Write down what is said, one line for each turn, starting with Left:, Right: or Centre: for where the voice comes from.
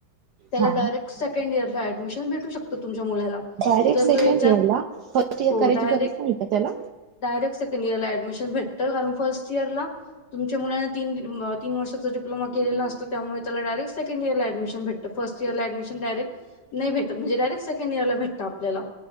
Left: त्याला
Right: हा
Left: डायरेक्ट सेकंड इयरला ऍडमिशन भेटू शकत तुमच्या मुलाला.
Right: डायरेक्ट
Left: जर
Right: सेकंड
Left: तो याच्यात
Right: इयर ला फर्स्ट इयर
Left: हो
Right: करायची
Left: डायरेक्ट
Right: गरज नाही का त्याला.
Left: डायरेक्ट सेकंड इयरला ऍडमिशन भेटत कारण फर्स्ट इयरला तुमच्या मुलांना तीन तीन वर्षां डिप्लोमा केलेला असतो त्यामुळे त्याला डायरेक्ट सेंकड इयरला ऍडमिशन भेटत फर्स्ट इयरला ऍडमिशन डायरेक्ट नाही भेटत म्हणजे डायरेक्ट सेकंड इयरला भेटत आपल्याला